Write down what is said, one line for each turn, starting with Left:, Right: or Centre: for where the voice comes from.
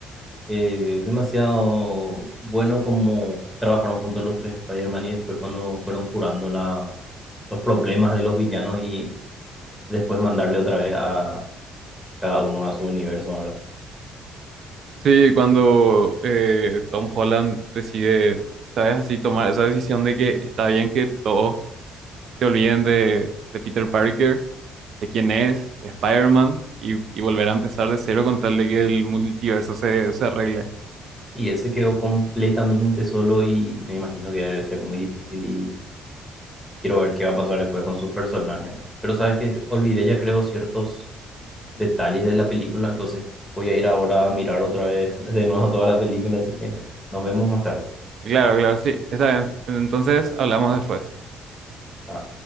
Centre: Eh, es demasiado bueno como trabajaron juntos los tres Spider-Man y después cuando fueron curando la, los problemas de los villanos y después mandarle otra vez a cada uno a su universo ahora.
Right: Sí, cuando eh, Tom Holland decide, ¿sabes? Así tomar esa decisión de que está bien que todos se olviden de, de Peter Parker, de quién es, de Spider-Man, y, y volver a empezar de cero con tal de que el multiverso se, se arregle.
Centre: Y él se quedó completamente solo y me imagino que debe ser muy difícil y quiero ver qué va a pasar después con su personaje. ¿no? Pero sabes que olvidé ya creo ciertos detalles de la película, entonces voy a ir ahora a mirar otra vez <laughs> de nuevo toda la película, así que nos vemos más tarde.
Right: Claro, claro, sí, está bien. Entonces hablamos después.
Centre: Ah,